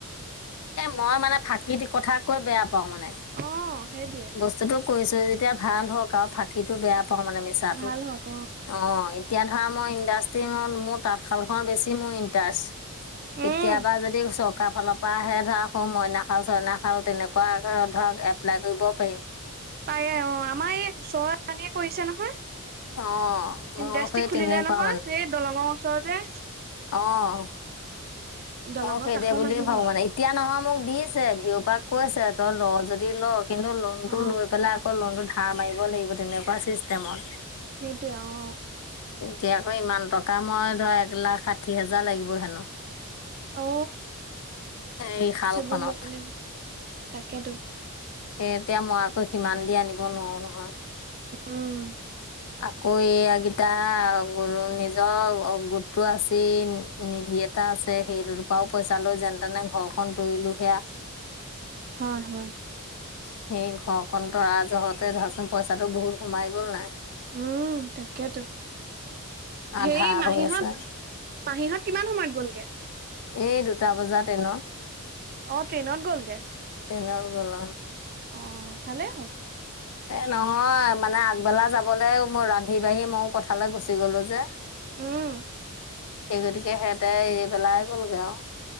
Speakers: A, on the left; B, on the right.
A: এ মই মানে ফাঁকি দি কথা কৈ বেয়া পাওঁ মানে।
B: অ সেইটোৱে
A: বস্তুটো কৰিছোঁ যেতিয়া ভাল হওঁক আৰু, ফাঁকিটো বেয়া পাওঁ মানে মিছাটো।
B: ভাল হওক
A: অ, এতিয়া ধৰা মই ইণ্ডাষ্ট্ৰি মো-মোৰ তাঁতশালখনত বেছি মোৰ ইণ্টাৰেষ্ট। কেতিয়াবা
B: উম
A: যদি চৰকাৰ ফালৰ পৰা আহে ধৰক সৌ মইনা খাল চইনা খাল তেনেকুৱাক ধৰ-ধৰক এপ্লাই কৰিব পাৰিম।
B: পাৰে অ', আমাৰ এই ওচৰ পানীয়ে কৰিছে নহয়।
A: অঁ মোৰ
B: ইণ্ডাষ্ট্ৰি
A: সেই
B: খুলিলে
A: তেনেকুৱা
B: নহয়, এই দলঙৰ ওচৰতে।
A: অহ,
B: দলঙৰ
A: অ', সেইদে
B: কাষৰ
A: বুলিয়ে
B: মানুহ
A: ভাবো
B: ঘৰ
A: মানে, এতিয়া নহয় মোক দিছে ভিয় পা কৈছে তই ল' যদি ল' কিন্তু লোন টো
B: অ
A: লৈ পেলাই আকৌ লোনতটো ধাৰ মাৰিব লাগিব, তেনেকু ৱা চিষ্টেমত।
B: সেইটোৱে অ
A: এতিয়া আকৌ ইমান টকা মই ধৰ এক লাখ ষাঠি হাজাৰ লাগিব হেনো।
B: অ
A: এই শাল
B: সেইবোৰ
A: খনত।
B: ল'ব লাগিব তাকেতো।
A: সেই এতিয়া মই আকৌ সিমান দি আনিব নোৱাৰোঁ নহয়।
B: উম
A: আকৌ এইয়াগিটা <unintelligible> নিজৰ অ'গোটটো আছে নি-নিধি ধি এটা আছে, সেইটোৰ পৰাও পইচা লৈ যেনে তেনে ঘৰখন তৰিলোঁ সেয়া।
B: হয়, হয়।
A: সেই ঘৰখন তৰা জহতে ধৰাচোন পইচাটো বহুত সোমাই গল নাই?
B: উম, তাকেইতো।
A: আধা
B: হেৰী, মাহীহঁত,
A: হৈ আছে
B: মাহীহঁত কিমান সময়ত গ'লগে?
A: এই, দুটা বজা ট্ৰেইনত।
B: অ, ট্ৰেইনত গলগে?
A: ট্ৰেইনত
B: অ,
A: গ'ল
B: ভালেই হ'ল।
A: এ, নহয় মানে আগবেলা যাবলৈ, মোৰ ৰান্ধি বাঢ়ি মইও কথালৈ গুচি গ'লো যে।
B: উম
A: সেই, গতিকে সিহঁতে এৰি বেলাই গ'লগে আৰু।